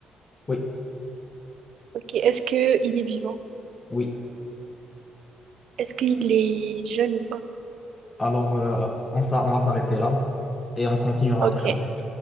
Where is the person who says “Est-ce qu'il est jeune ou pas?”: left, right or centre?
Right